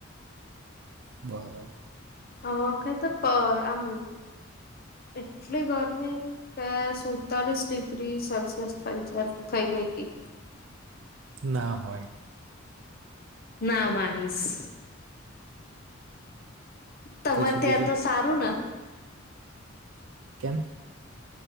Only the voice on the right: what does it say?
બરો
ના હોય.
પછી
બીજું
કેમ?